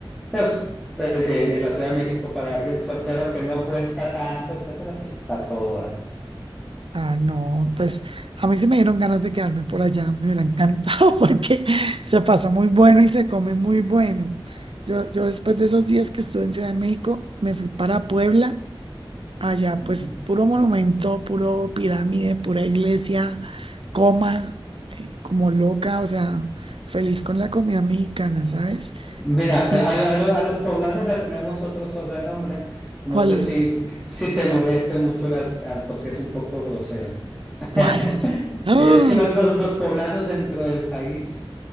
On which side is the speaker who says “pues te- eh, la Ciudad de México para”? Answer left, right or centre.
Centre